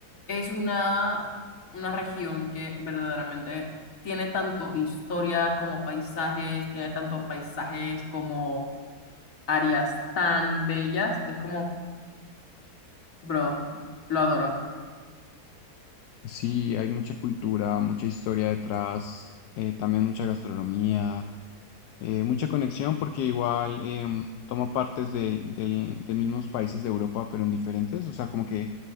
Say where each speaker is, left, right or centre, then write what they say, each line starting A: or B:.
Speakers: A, on the left; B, on the left.
A: es una, una región que verdaderamente tiene tanto historia como paisajes, tiene tanto paisajes como áreas tan bellas, que es como, bro, lo adoro.
B: Sí, hay mucha cultura, mucha historia detrás, eh, también mucha gastronomía, eh, mucha conexión porque igual em, toma partes del- del- de mismos países de Europa, pero en diferentes, o sea, como que